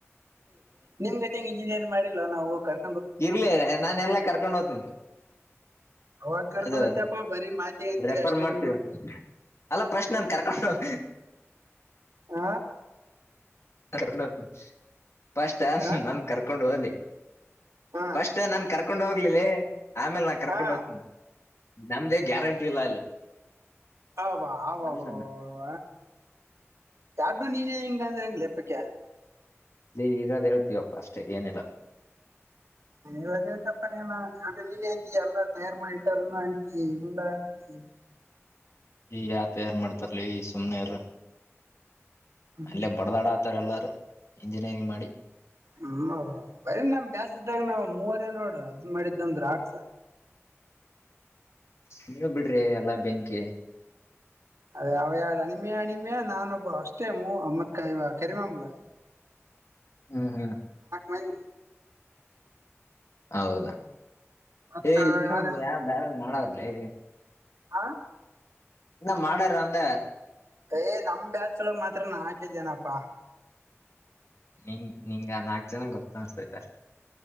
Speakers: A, on the right (about 80°); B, on the left (about 65°).
A: ನಿಮ್ ಗತ್ತ ಹೆಂಗ ಇಂಜಿನಿಯರ್್ ಮಾಡಿಿಲ್ಲವ ನಾವು ಹೋಗಕರ್
B: ಇರ್ಲ ನಾನ ಎಲ್ಲ ಕರ್ಕೊಂಡ್ ಹ್ತನೆಿ
A: ಅವಾಗ ಕರ್ಕೊಂಡ್
B: ಅದ
A: ಹೋಗ್ತಪ್ಪಾ ಬರೀ ಮಾತಿ ಅಂತೀರಿ
B: ರೆಫರ್
A: ಅಷ್ಟೇ
B: ಮಾಡ್ತೀವಿ
A: ನೀವು
B: ಅಲ್ಲ ಫಸ್ಟ್ ಅಂತ ಕರ್ಕೊಂಡು ಹೋಗಿ
A: ಆ
B: ೊಂಡ ಷ್ಟ
A: ಏನ
B: ನನ್ ಕರ್ಕೊಂಡು ಹೋಗಲಿ
A: ಹ
B: ಪಸ್ಟ್ ನನ್ ಕರ್ಕೊಂಡ್ ಹೋಗ್ಲಿಲ್ಲ ಆಮೇಲೆ ನಾ ಕರ್ಕೊಂಡ್
A: ಹಾ
B: ಹೋಗ್ತೀನಿ ನಮ್ದೇ ಗ್ಯಾರಂಟಿ ಇಲ್ಲ ಅಲ್ಲಿ
A: ಹಬ ಅ ಬ
B: ಅಲ್ಲ
A: ಬ
B: ನನ್ನ
A: ಬ ಯಾರ್ಡು ನೀನೇ ಹಿಂಗ ಅಂದ್ರೆ ಹೆಂಗ್ ಲೇಪಕ
B: ನೀ ಇರೋದ್ ಹೇಳ್ತೀವಪ್ಪಾ ಅಷ್ಟೇ ಏನಿಲ್ಲ
A: ವ ತಪ್ಪನೇನ ಅ್ರ ನೀನ ಎಲ್ಲ ತಯಾರು ಮಾಡಿ ರಣ ಆಂಟಿ ಇಲ್ಲ ಆಂಟಿ
B: ಈ ಆತ ಯಾರ್ು ಮಾಡ್ತರ್ಲಿ ಈ ಸುಮ್ನೆಾರ
A: ಹ್ಮ್
B: ಅಲ್ಲೇ ಬಡದಾಡ ಇತಾರೆ ಎಲ್ಲಾರು ಇಂಜಿನಿಯರಿಂಗ್ ಮಾಡಿ
A: ಹ್ಮ ಬರಿ ನಮ್ ಬ್ಯಸ್್ದಾಗ ನಾವ್ ಮೂವರ ನೋಡ್ರ ಅದ್ ಮಾಡಿದ್ದ ಅಂದ್ರ ಆಡ್ಸ
B: ನೀವ ಬಿಡ್ರಿ ಎಲ್ಲಾ ಬೆಂಕಿ
A: ಅದ ಯಾವ ಯಾರ ಅಣಿಮೆಯ ಹಣಿಮೆಯ ನಾನೊಬ್ಬ ಅಷ್ಟೇ ಮೂ ಅಮ್ಮತ್ಕ ಇವ ಕರಿಮಮಲ
B: ಹ್ಮ್ ಹ್ಮ್
A: ಒಂದ
B: ಹೌದಾ
A: ಮತ್ತ
B: ಏ ಇನ್ನೊ
A: ಯಾರ
B: ಯಾವ ಬ್ಯಾರ ಮಾಡವರ್ಲಿ
A: ಹಾ
B: ಇನ್ನ ಮಾಡರ ಅಂದೆ
A: ಏ್ ನಮ್ ಬ್ಯಾಚ್ಳಗ್ ಮಾತ್ರ ನಾಕ ಜನಪ್ಪಾ
B: ನಿಂಗ ನಿಂಗ ನಾಕ್ ಜನ ಗೊತ್ತ ಅನ್ಸ್ತೈತಷ್ಟ